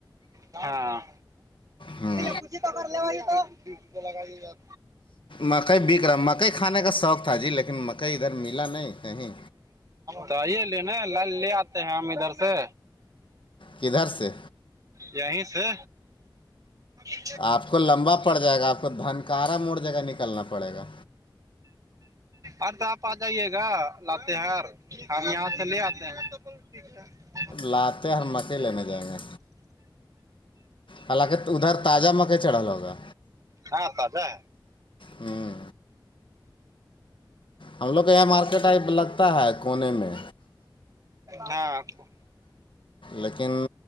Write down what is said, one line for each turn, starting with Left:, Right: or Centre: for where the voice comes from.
Right: ہاں
Left: ہوں
Right: پچی تو ل لگائی
Left: مکئی بک رہا مکئی کھانے کا شوق تھا جی لیکن مکئی ادھر ملا نہیں کہیں
Right: تو آئیے لنے ل لے آتے ہیں ہم ادھر سے
Left: کدھر سے
Right: یہیں سے <unintelligible>
Left: آپ کو لمبا پڑ جائے گا آپ کو دھنکارا موڑ جگہ نکلنا پڑے گا
Right: ار تو آپ آ جائیے گا لات ہار ہم یہاں سے لے آتے ہیں <unintelligible>
Left: لاتے ہ ہم مکئی لینے جائیں گے حالانکہ ادھر تازہ مکئی چڑھا ل ہوگا
Right: ہاں پجا
Left: ہوں ہم لوگ کو یہاں مارکیٹ آ لگتا ہے کونے میں
Right: ہاں کو
Left: لیکن